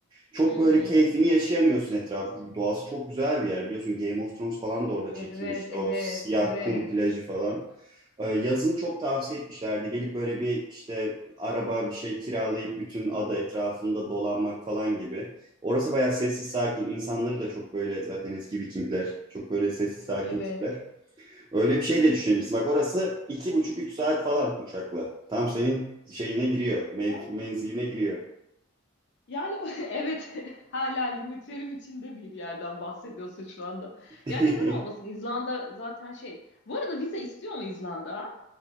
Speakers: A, on the right; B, on the left.
A: çok
B: hmm.
A: böyle keyfini yaşayamıyorsun etrafı. Çünkü doğası çok güzel bir yer. Biliyorsun Game of Thrones falan da orada
B: Evet,
A: çekilmişti.
B: evet,
A: O siyah
B: evet,
A: kum plajı falan. Ee, Yazın çok tavsiye etmişlerdi. Gelip böyle bir işte araba bir şey kiralayıp bütün ada etrafında dolanmak falan gibi. Orası bayağı sessiz sakin. İnsanları da çok böyle zaten eski Vikingler. Çok böyle sessiz sakin
B: evet.
A: tipler. Öyle bir şey de düşünebilirsin. Bak orası iki buçuk üç saat falan uçakla. Tam senin şeyine giriyor. mev-
B: Yani,
A: menziline giriyor.
B: yani <laughs> evet. <laughs> Hala limitlerim içinde bir yerden bahsediyorsun şu anda.
A: <laughs>
B: Ya neden olmasın? İzlanda zaten şey. Bu arada vize istiyor mu İzlanda?